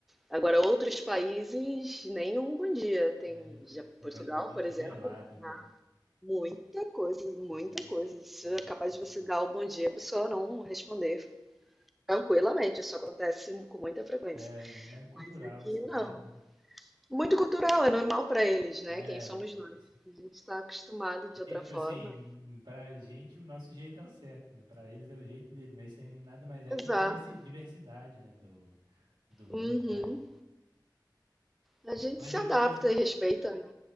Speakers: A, in the centre; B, on the right (about 85°).
A: Agora, outros países, nenhum bom dia. Tem
B: É
A: já
B: completamente
A: Portugal, por exemplo,
B: gelado, né?
A: né? muita coisa, muita
B: Uhum.
A: coisa. Isso
B: Nem
A: é capaz
B: fala
A: de você
B: nada.
A: dar o bom dia, a pessoa não responder tranquilamente. Isso acontece com muita frequência.
B: É, né? Mas é cultural
A: Mas aqui
B: isso também,
A: não.
B: né?
A: Muito cultural, é normal para eles, né?
B: É,
A: Quem somos
B: porque,
A: nós?
B: tipo assim.
A: A gente está acostumado de
B: É porque,
A: outra
B: tipo
A: forma.
B: assim, pra gente o nosso jeito é o certo, né? Pra eles é o jeito deles, mas isso aí nada mais é
A: Exato.
B: que a diversi- diversidade, né? Do, do mundo,
A: Uhum.
B: né?
A: A gente
B: Mas
A: se
B: depois,
A: adapta e respeita, né?